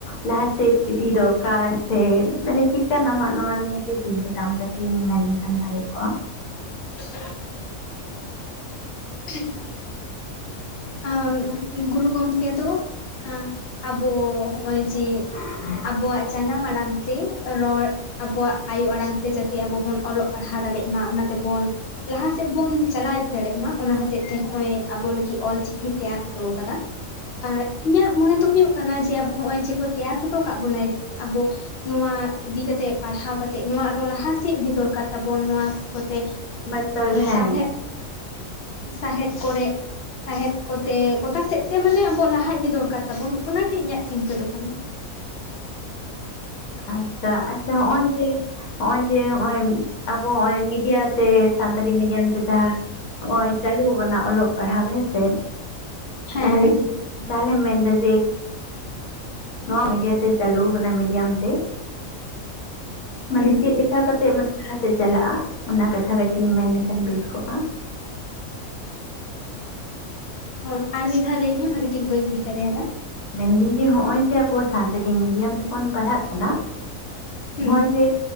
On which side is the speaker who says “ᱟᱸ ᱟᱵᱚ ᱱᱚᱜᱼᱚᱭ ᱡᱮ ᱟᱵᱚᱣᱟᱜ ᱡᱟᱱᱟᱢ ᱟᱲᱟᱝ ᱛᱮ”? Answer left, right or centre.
Left